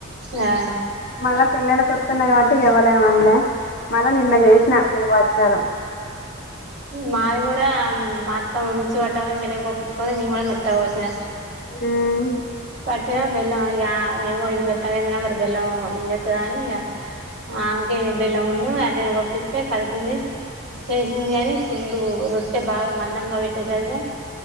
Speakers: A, on the right; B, on the left.
A: ఆ
B: మళ్ళా పెళ్ళైన కితల్నే కాబట్టి ఎవల్ ఎం అన్లే మళ్ళా నిన్న చేసిన నేను బచ్చలు
A: మాది కూడా మా అత్తమ్మ మిక్సీ వట్టమని చెనగపప్పు ఇచ్చిపోతే నేన్ కూడా మెత్తగా వట్టిన
B: హ్మ్
A: పట్టినా బెల్లం ఇగ ఆమేమో ఇది మెత్తగాయింద్ మరి బెల్లం ఏం జెతదాని అని ఇగ ఆమెకె బెల్లం ఉను అ చెనగపప్పితే కలిపింది చేసింది గాని పుల్లు రొట్టె బాగా మందంగా వెట్టేసరికి